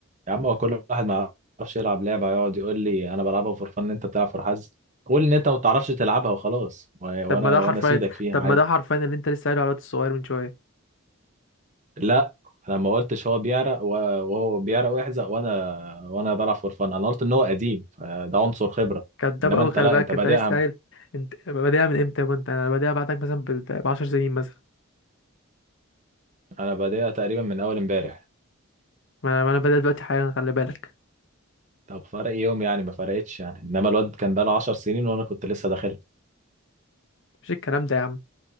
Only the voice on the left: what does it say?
طب ما ده حرفيا
طب
ما ده حرفيا اللي انت لسه قايله على الواد الصغير من شويه
كداب
قوي
خلي
بالك
انت لسه قايل انت بادئها من امتى وانت انا بادئها بعدك مثلا ب 10 سنين مثلا
ما انا ما انا بادئ دلوقتي حالا خلي بالك
مش الكلام ده يا عم